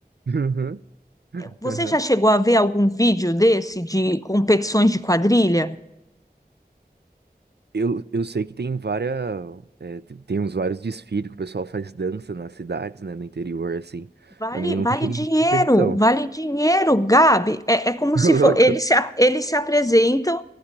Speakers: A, on the right; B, on the left.
A: <laughs> Uhum,
B: Você
A: uhum.
B: já chegou a ver algum vídeo desse de competições de quadrilha?
A: Eu, eu sei que tem várias, é, te- tem uns vários desfiles que o pessoal faz dança nas cidades, né, no interior, assim,
B: Vale,
A: mas eu nunca
B: vale
A: cheguei
B: dinheiro,
A: em competição.
B: vale dinheiro, Gabi. É, é como
A: <laughs>
B: se
A: Ô,
B: for,
A: Louco.
B: eles se, a- eles se apresentam.